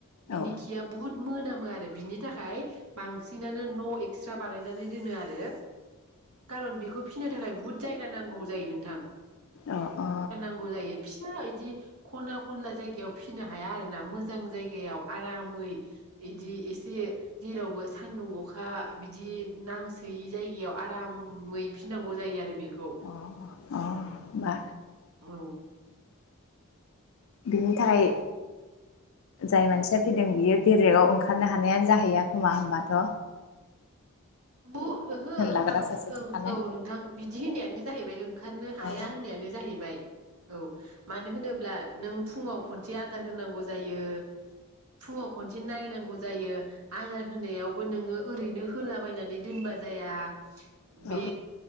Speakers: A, on the right; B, on the left.
A: बिनि
B: औ
A: खिया बुहुत मोनामो आरो। बिनि थाखाय बांसिन बांसिननो न' एक्सट्रा बानायनानै दोनो आरो खारन बेखौ फिसिनो थाखाय बुहुद जायगा नांगौ। औ जायो नोंथां।
B: अ अ
A: ग जायो फिसा बिदि खनला खनला जायगायाव फिसिनो हाया आरो ना। मोजां जायगायाव आराम मै बिदि एसे जेरावबो सानदुं अखा बिदि नांसोयै जायगायाव आरामै फिननांगौ जायो आरो बेखौ
B: अ अ बा
A: औ
B: बिनि थाखाय जाय मानसिया फैदों बियो बेरेगाव ओंखारनो हानायानो जाहैया खोमा होनोमबाथ'
A: ब ओहो
B: लाग्रा
A: बांसिन
B: सासे
A: ओं
B: थाखानाय
A: औ नोंथां बिदि होननायानो जाहैबाय ओंखारनो हाया
B: औ
A: होननायानो जाहैबाय औ मानो होनोब्ला नों फुङाव खनसे आदार होनांगौ जायो। फुङाव खनसे नायनांगौ जायो। आदार होनायावबो नोङो ओरैनो होला बायनानै दोनबा जाया बे
B: औ